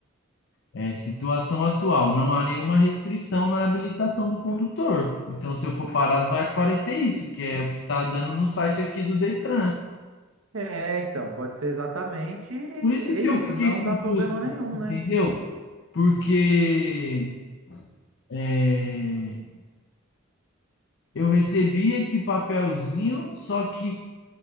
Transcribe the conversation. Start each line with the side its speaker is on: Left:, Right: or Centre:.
Left: é, situação atual, não há nenhuma restrição na habilitação do condutor. Então, se eu for parado, vai aparecer isso, que é o que está dando no site aqui do Detran.
Right: É, então, pode ser exatamente é
Left: Por isso que
Right: isso,
Left: eu fiquei
Right: não
Left: confuso,
Right: dá problema nenhum,
Left: entendeu?
Right: né?
Left: Porque é, Eu recebi esse papelzinho, só que